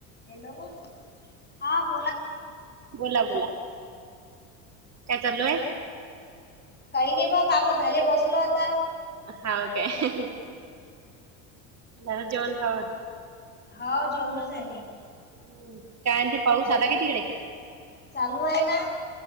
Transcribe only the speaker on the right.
बोला बोला काय चालू हाय?
<inaudible>
हम्म काय ते पाऊस आला काय तिकडे?